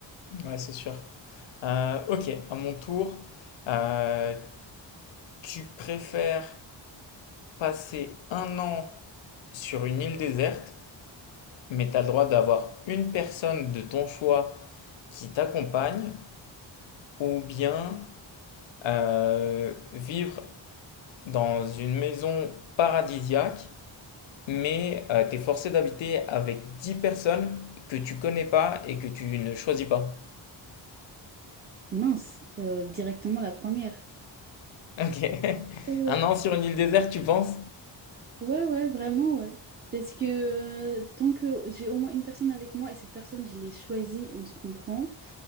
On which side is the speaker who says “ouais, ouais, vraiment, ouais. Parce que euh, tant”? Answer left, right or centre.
Right